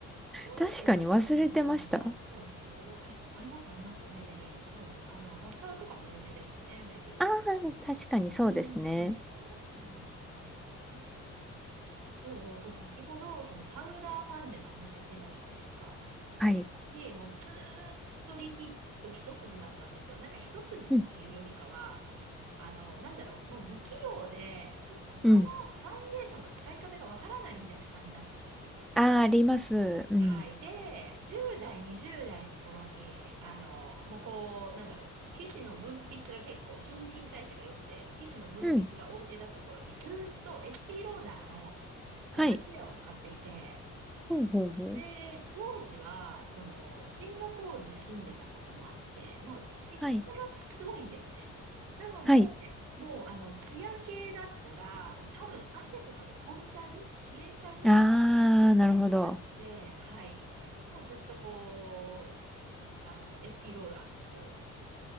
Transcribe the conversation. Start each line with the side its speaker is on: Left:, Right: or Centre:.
Right: なんかアトスのとかにもあったぞ。
Centre: 確かに忘れてました。
Right: え、ありますあります、メイベリー。もう、あの、マスカラとかも有名ですしね、メイベリ
Centre: ああ、確かにそうですね。
Right: ー。うん、そうなんですね。えー、そうそう、先ほど、そのパウダーファンデの話が出たじゃないですか。
Centre: はい。
Right: 私、もうずーっとリキッド一筋だったんですよ。なんか一筋っていうよりかは、
Centre: うん。
Right: あの、なんだろう、もう不器用で、ちょっと他のファンデーションの使い方がわからないみたいな感じだったんですよ。
Centre: うん。ああ、あります。うん。
Right: はい。で、10代、20代の頃に、あの、もうこう、なんだろう。皮脂の分泌が結構、新陳代謝が良くて、皮脂の分泌が旺盛だった頃に、
Centre: うん。
Right: ずーっとエスティローダーのダブルケアを使っていて、
Centre: はい。ほうほうほう。
Right: で、当時は、その、シンガポールに住んでたこともあって、もう湿気がすごいんですね。
Centre: はい。
Right: なので、
Centre: はい。
Right: もう、あの、ツヤ系だったら、もう多分汗とかで飛んじゃう消えちゃう
Centre: ああ、
Right: それがあって、
Centre: なるほど。
Right: はい。もうずっとこう、あの、エスティローダーのこう、